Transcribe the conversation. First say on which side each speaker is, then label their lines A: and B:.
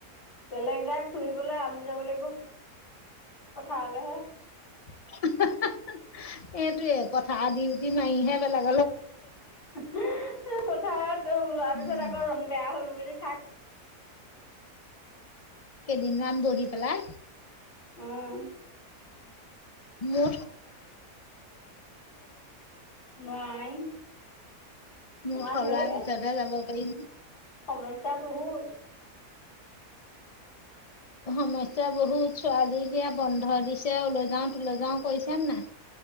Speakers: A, on the left; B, on the left.
A: বেলেগ যাই ফুৰিবলৈ আমি যাব লাগিব পথাৰলৈহে।
B: হা হা হা। এইটোয়ে পথাৰৰ দিউটি মাৰিহে বেলেক কলে যাব পাৰিবা।
A: হে হে, পথাৰত ৰোৱা
B: উম
A: তাকে।
B: কেইদিনমান বহি পেলাই।
A: উম'
B: মো,
A: নাই।
B: মোৰ
A: আমাৰ
B: থলোৱা
A: ঢেৰ
B: পিছতহে যাব পাৰিবি।
A: সমস্যা বহুত।
B: সমস্যা বহুত চোৱালী এতিয়া বন্ধ দিছে। অলৈ যাওঁ তোলৈ যাওঁ কৰিছে নাই।